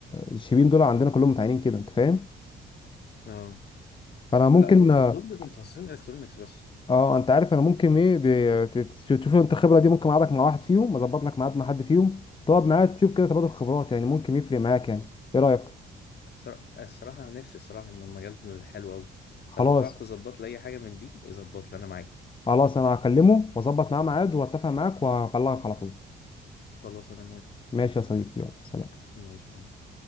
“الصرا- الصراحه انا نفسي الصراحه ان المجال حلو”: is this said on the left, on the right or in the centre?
Left